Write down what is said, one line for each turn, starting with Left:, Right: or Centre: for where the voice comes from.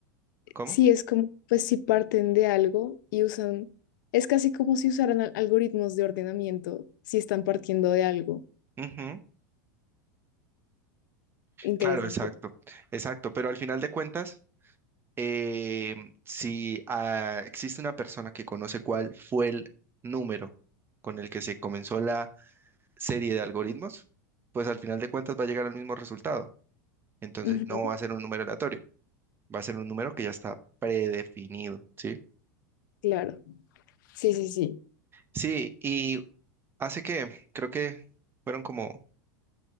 Right: ¿Cómo?
Left: sí, es como, pues si parten de algo y usan, es casi como si usaran al- algoritmos de ordenamiento, si están partiendo de algo.
Right: Ujú,
Left: Interesante.
Right: Claro, exacto, exacto. Pero al final de cuentas, eh, si ah, existe una persona que conoce cuál fue el número con el que se comenzó la serie de algoritmos, pues al final de cuentas va a llegar al mismo resultado. Entonces
Left: Ujú,
Right: no va a ser un número aleatorio. Va a ser un número que ya está predefinido, ¿sí?
Left: Claro. Sí, sí, sí.
Right: Sí, y hace que, creo que fueron como